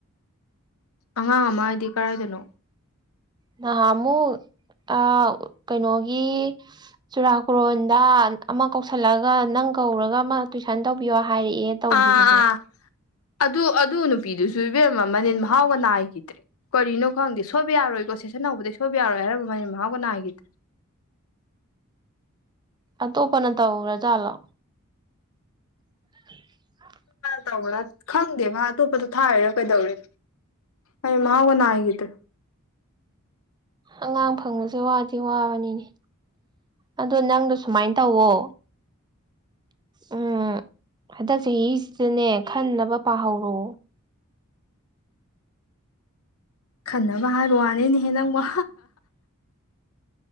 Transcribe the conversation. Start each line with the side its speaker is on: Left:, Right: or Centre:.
Left: ꯑꯉꯥꯡ ꯑꯃ ꯍꯥꯏꯗꯤ ꯀꯗꯥꯏꯗꯅꯣ
Right: ꯅꯍꯥꯟ ꯑꯃꯨꯛ ꯑ ꯀꯩꯅꯣꯒꯤ ꯆꯨꯔꯥꯀꯣꯔꯣꯟꯗ ꯑꯃ ꯀꯧꯁꯜꯂꯛꯒ ꯅꯪ ꯀꯧꯔꯒ ꯑꯃ ꯇꯨꯏꯁꯟ ꯇꯧꯕꯤꯌꯣ ꯍꯥꯏꯔꯛꯑꯦ ꯇꯧꯈꯤꯕꯗꯣ
Left: ꯑꯥ ꯑꯥ ꯑꯗꯨ ꯑꯗꯨ ꯅꯨꯄꯤꯗꯨꯁꯨ ꯏꯕꯦꯝꯃ ꯃꯅꯜ ꯃꯍꯥꯎꯒ ꯅꯥꯏꯈꯤꯗ꯭ꯔꯦ ꯀꯔꯤꯅꯣ ꯈꯪꯗꯦ ꯁꯣꯏꯕ ꯌꯥꯔꯣꯏꯀꯣ ꯁꯦꯁꯟ ꯍꯧꯕꯗꯒꯤ ꯁꯣꯏꯕ ꯌꯥꯔꯣꯏ ꯍꯥꯏꯔꯝꯕ ꯐꯅꯤ ꯃꯍꯥꯎ ꯀꯅꯥꯒꯤꯣ
Right: ꯑ ꯇꯣ ꯄ ꯑ ꯇ ꯎꯔ ꯆꯂ <unintelligible> <inaudible>
Left: ꯇꯧꯕ꯭ꯔꯥ ꯈꯪꯗꯦ ꯃꯥ ꯑꯇꯣꯞꯄꯗꯣ ꯊꯥꯏꯔꯥ ꯀꯩꯗꯧꯔꯤꯅ ꯑꯩ ꯃꯥꯒꯣꯟ ꯅ ꯍꯥꯏꯒꯗꯦ
Right: ꯑꯉꯥꯡ ꯐꯪꯕꯁꯦ ꯋꯥꯗꯤ ꯋꯥꯕꯅꯤꯅꯦ ꯑꯗꯣ ꯅꯪꯗꯣ ꯁꯨꯃꯥꯏꯅ ꯇꯧꯋꯣ ꯎꯝ ꯍꯟꯗꯛ ꯆꯍꯤꯁꯤꯗꯅꯦ ꯈꯟꯅꯕ ꯄꯥꯍꯧꯔꯣ
Left: ꯈꯟꯅꯕ ꯍꯥꯏꯕ ꯋꯥꯅꯦꯅꯦꯍꯦ ꯅꯪ ꯋꯥ